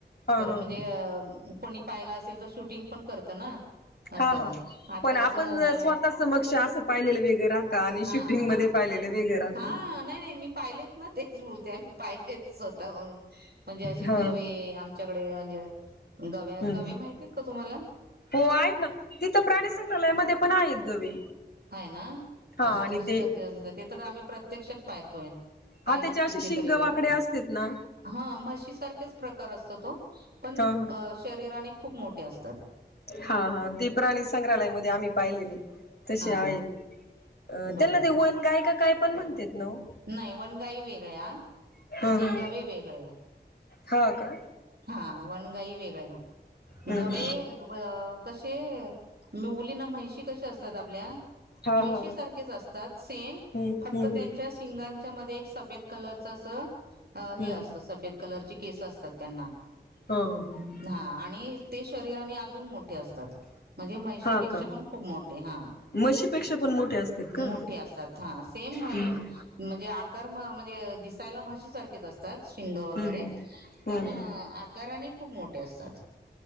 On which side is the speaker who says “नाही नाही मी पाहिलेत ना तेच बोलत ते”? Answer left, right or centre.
Right